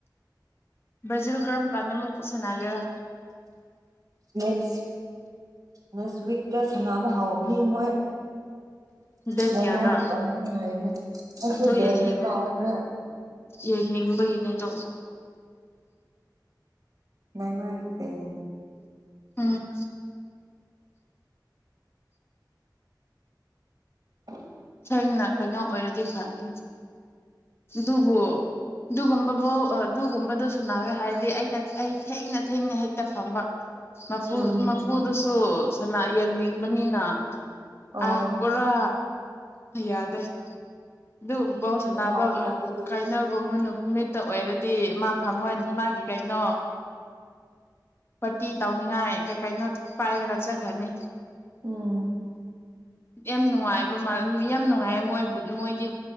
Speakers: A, on the left (about 30°); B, on the right (about 50°).
A: ꯕꯖꯔ ꯀꯔꯝ ꯀꯥꯟꯗ ꯑꯃꯨꯛ ꯎꯁꯟꯅꯒꯦꯔꯥ
B: ꯅ ꯎꯛ ꯅꯦꯛ ꯎꯛ ꯁꯅꯥꯕ ꯍꯥꯎ ꯍ ꯃꯣꯏ
A: ꯗꯦꯠ
B: ꯃ
A: ꯀꯌꯥꯗ
B: ꯃꯔ ꯆꯪꯒꯅꯤ ꯍꯥꯏꯕꯅꯤ ꯑꯩꯁꯨ
A: ꯑꯗꯣ
B: ꯗꯦꯞꯗꯤ
A: ꯌꯦꯡꯅꯤꯡ
B: ꯀꯥꯎꯈ꯭ꯔꯦ
A: ꯌꯦꯡꯅꯤꯡꯕꯒꯤꯅꯦ ꯑꯗꯣ
B: ꯅ ꯃꯥꯁ
A: ꯎꯝ
B: ꯍ
A: ꯊ ꯊꯦꯡꯅ ꯀꯩꯅꯣ ꯑꯣꯏꯔꯗꯤ ꯐꯔꯦ ꯑꯗꯨꯕꯨ ꯑꯗꯨꯒꯨꯝꯕ ꯐꯧ ꯑꯗꯨꯒꯨꯝꯕꯗꯨ ꯁꯅꯒꯦ ꯍꯥꯏꯔꯗꯤ ꯑꯩꯅ ꯑꯩ ꯊꯦꯡꯅ ꯊꯦꯡꯅ ꯍꯦꯛꯇ ꯐꯝꯕ ꯃꯄꯨ
B: ꯎꯝ
A: ꯃꯄꯨꯗꯁꯨ ꯁꯅꯥ ꯌꯦꯡꯅꯤꯡꯕꯅꯤꯅ
B: ꯑꯣ
A: ꯑꯥ ꯄꯨꯔꯥ ꯌꯥꯗ ꯑꯦ ꯑꯗꯨꯒꯨꯝꯕꯁ
B: ꯅꯨꯡꯉꯥꯏꯅ
A: ꯅꯥꯅꯕ
B: ꯑꯗꯨꯗꯤ
A: ꯀꯥꯏꯅꯒꯨꯝꯕꯅ ꯅꯨꯠꯇ ꯑꯣꯏꯔꯗꯤ ꯃꯥ ꯐꯝꯃꯣꯏ ꯃꯥꯒꯤ ꯀꯩꯅꯣ ꯄꯥꯔꯇꯤ ꯇꯧꯅꯤꯡꯉꯥꯏ ꯀꯩ ꯀꯩꯅꯣ ꯄꯥꯏꯔꯒꯠꯆꯈ꯭ꯔꯅꯤ <unintelligible>
B: ꯎꯝ
A: ꯌꯥꯝꯦꯝ ꯅꯨꯡꯉꯥꯏ ꯌꯥꯝ ꯅꯨꯡꯉꯥꯏꯌꯦ ꯃꯣꯏꯕꯨ ꯃꯣꯏꯗꯤ